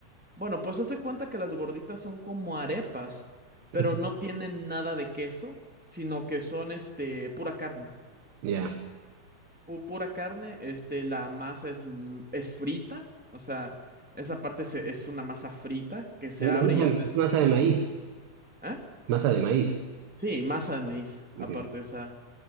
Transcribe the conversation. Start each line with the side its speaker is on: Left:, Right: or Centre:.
Centre: Bueno, pues hazte cuenta que las gorditas son como arepas, pero
Right: Ujú.
Centre: no tienen nada de queso, sino que son este pura carne.
Right: Ya.
Centre: pu- pura carne, este, la masa es, m- es frita, o sea, esa parte se- es una masa frita que se
Right: Es,
Centre: abre
Right: es masa,
Centre: y adentro
Right: es masa
Centre: se pone,
Right: de maíz,
Centre: ¿eh?
Right: masa de maíz.
Centre: Sí, masa de maíz,
Right: Ujú.
Centre: aparte, o sea,